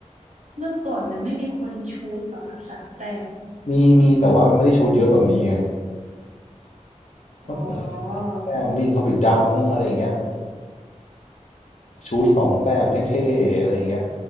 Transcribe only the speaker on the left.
มีมีแต่ว่ามันไม่ได้ชูตเยอะแบบนี้ไง
มันแต้มวิ่งเข้าไปดังอะไรอย่างเงี้ยชูตสองแต้มเท่ๆอะไรอย่างเงี้ย